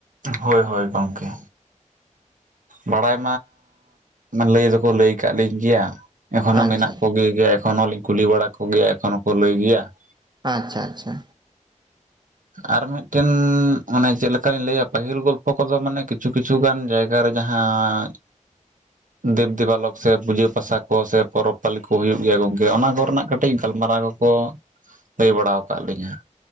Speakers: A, on the right (about 80°); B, on the right (about 35°).
A: ᱦᱳᱭ ᱦᱳᱭ ᱜᱚᱝᱠᱮ ᱵᱟᱲᱟᱭ ᱢᱟ ᱞᱟᱹᱭ ᱫᱚᱠᱚ ᱞᱟᱹᱭ ᱟᱠᱟᱫ ᱞᱤᱧ ᱜᱮᱭᱟ ᱮᱠᱷᱚᱱᱳ
B: ᱟᱪᱪᱷᱟ
A: ᱢᱮᱱᱟᱜ ᱠᱚᱜᱮ ᱜᱮᱭᱟ ᱾ ᱮᱠᱷᱚᱱ ᱦᱚᱞᱤᱧ ᱠᱩᱞᱤ ᱵᱟᱲᱟ ᱠᱚᱜᱮᱭᱟ ᱮᱠᱷᱚᱱ ᱦᱚᱸᱠᱚ ᱞᱟᱹᱭ ᱜᱮᱭᱟ ᱾
B: ᱟᱪᱪᱷᱟ ᱟᱪᱪᱷᱟ
A: ᱟᱨ ᱢᱤᱫᱴᱮᱱ ᱢᱟᱱᱮ ᱪᱮᱫᱞᱮᱠᱟᱧ ᱞᱟᱹᱭᱟ ᱯᱟᱹᱦᱤᱞ ᱜᱚᱞᱯᱷᱚ ᱠᱚᱫᱚ ᱢᱟᱱᱮ ᱠᱤᱪᱷᱩ ᱠᱤᱪᱷᱩ ᱠᱤᱪᱷᱩᱜᱟᱱ ᱡᱟᱭᱜᱟ ᱨᱮ ᱡᱟᱦᱟᱸ ᱫᱮᱵ ᱫᱮᱵᱟᱞᱚᱠᱽ ᱥᱮ ᱯᱩᱡᱟᱹ ᱯᱟᱥᱟ ᱠᱚ ᱥᱮ ᱯᱚᱨᱚᱵᱽ ᱯᱟᱹᱞᱤ ᱠᱚ ᱦᱩᱭᱩᱜ ᱜᱮᱭᱟ ᱜᱚᱝᱠᱮ ᱚᱱᱟ ᱠᱚᱨᱮᱱᱟᱜ ᱠᱟᱹᱴᱤᱡ ᱜᱟᱞᱢᱟᱨᱟᱣ ᱠᱚ ᱞᱟᱹᱭ ᱵᱟᱲᱟᱣ ᱟᱠᱟᱫ ᱞᱤᱧᱟᱹ ᱾